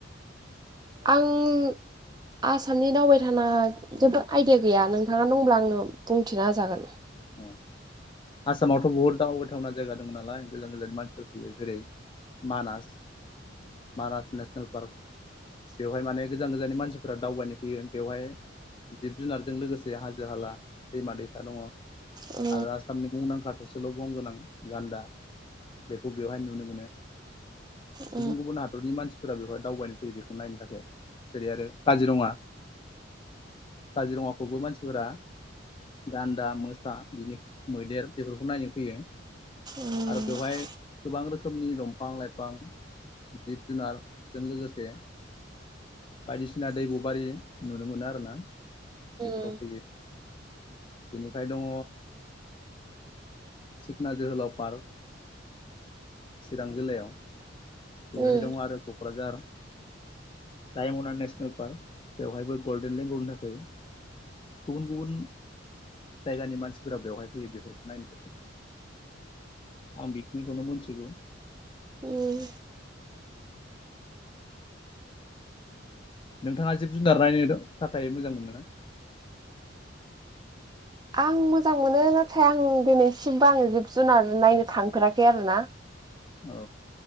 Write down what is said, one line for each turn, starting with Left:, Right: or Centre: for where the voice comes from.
Right: आं आसामनि दावबायथाना जेबो आइडिया गैया, नोंथाङा दंब्ला आंनो बुंथिना हाजागोन।
Left: अ। आसामावथ' बुहुत दावबायथावना जायगा दं नालाय गोजान गोजाननि मानसिफोर फैयो, जेरै मानास मानास नेसनेल पार्क। बेवहाय माने गोजान गोजाननि मानसिफोरा दावबायनो फैयो। बेवहाय जिब जुनारजों लोगोसे हाजो हाला, दैमा दैसा दङ।
Right: ओ
Left: आरो आसामनि मुंदांखा थसेल' गं गोनां गान्दा बेखौ बेवहाय नुनो मोनो।
Right: उम
Left: गुबुन गुबुन हादरनि मानसिफोरा बेवहाय दावबायनो फैयो, बेखौ नायनो थाखाय। जेरै आरो काजिरङा काजिरङाखौबो मानसिफोरा गान्दा, मोसा बिनि मैदेर बेफोरखौ नायनो फैयो।
Right: उम
Left: आरो बेवहाय गोबां रोखोमनि दंफां लाइफां जिब जुनारजों लोगोसे बायदिसिना दैब'बारि नुनो मोनो आरो ना। बेफोराव
Right: उम
Left: फैयो। बेनिफ्राय दङ सिखना जोहोलाव पार्क चिरां जिल्लायाव। बेनिफ्राय
Right: उम
Left: दङ आरो क'क्राझार रायमना नेसनेल पार्क, बेवहायबो गल्डेन लेंगुरनि थाखाय गुबुन गुबुन जायगानि मानसिफोरा बेवहाय फैयो बेफोरखौ नायनो थाखाय, आं बेखिनिखौनो मोनथिगौ।
Right: उम।
Left: नोंथाङा जिब जुनार नायनो थाखाय मोजां मोनो ना?
Right: आं मोजां मोनो, नाथाय आं दिनैसिमबो आं जिब जुनार नायनो थांफेराखै आरोना।
Left: औ।